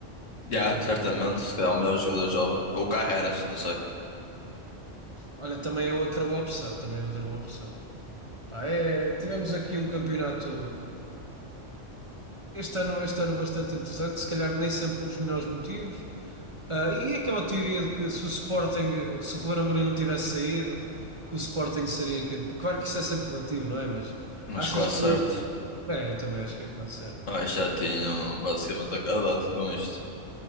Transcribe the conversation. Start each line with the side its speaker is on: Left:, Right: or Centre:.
Left: Já, certamente, se calhar o melhor jogador jovem. Ou Carreras, não sei.
Right: Olha, também é outra boa opção, também é outra boa opção. Pá, é, tivemos aqui um campeonato Este ano, este ano bastante interessante, se calhar nem sempre por os melhores motivos. Ah, e e aquela teoria de que se o Sporting, eh, se o Ruben Amorim não tivesse saído, que o Sporting seria campeão. Claro que isso é sempre relativo, não é? Mas
Left: Mas
Right: achas
Left: quase
Right: que.
Left: certo.
Right: É, eu também acho que é quase certo.
Left: Ah, já tinham basicamente acabado com isto.